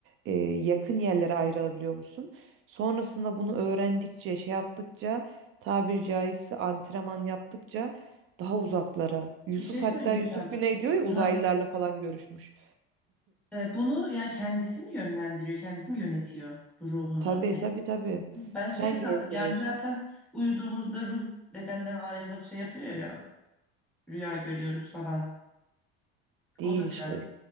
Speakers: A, on the right; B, in the centre.
A: e, yakın yerlere ayrılabiliyormuşsun. Sonrasında bunu öğrendikçe, şey yaptıkça, tabiri caizse antrenman yaptıkça daha uzaklara. Yusuf
B: Bir şey
A: hatta
B: söyleyeceğim.
A: Yusuf Güney diyor ya uzaylılarla
B: Ha.
A: falan görüşmüş.
B: e, bunu yani kendisi mi yönlendiriyor, kendisi mi yönetiyor bu ruhunu?
A: Tabii tabii tabii.
B: Ben
A: Sen
B: şey sandım
A: gezdiriyorsun.
B: yani zaten uyuduğumuzda ruh bedenden ayrılıp şey yapıyor ya rüya görüyoruz falan.
A: Değil
B: O da
A: işte.
B: biraz